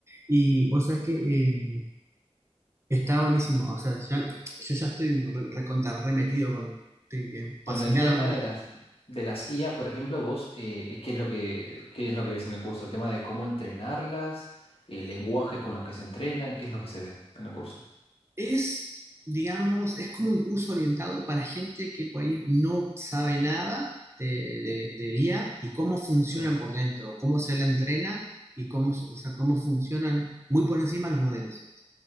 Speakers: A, on the right (about 25°); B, on the left (about 55°).
A: Y vos sabés que eh, está buenísimo. O sea, ya- yo ya estoy re- recontra remetido con, estoy eh,
B: Con
A: fascinado
B: el tema de las, de las IA, por ejemplo, vos, eh, ¿qué es lo que, qué es lo que ves en el curso? El tema de cómo entrenarlas, eh, lenguajes con los que se entrenan, ¿qué es lo que se ve en el curso?
A: Es, digamos, es como un curso orientado para gente que por ahí no sabe nada de, de- de IA y cómo funcionan
B: Sí,
A: por dentro, cómo se la entrena y cómo, o sea, cómo funcionan muy por encima los modelos.